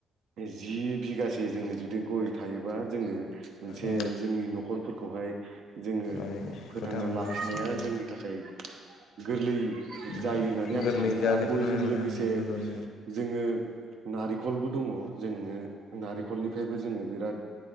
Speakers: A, on the right (about 70°); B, on the left (about 75°).
A: जि बिघासे जोङो जुदि गय थायोबा जोङो मोनसे
B: औ
A: जों जोंनि न'खरफोरखौहाय जोङो
B: औ
A: फोथांना लाखिनाया
B: लाखिनायाव ओं
A: जोंनि थाखाय गोरलै
B: उम
A: जायो होननानै
B: गोरलै
A: आं सानो
B: जानायखौ
A: आरो गयजों
B: नुनो मोनो
A: लोगोसे
B: ओं नंगौ नंगौ
A: जोङो नारेखलबो दङ। जोङो नारखलनिफ्रायबो जोङो बिराद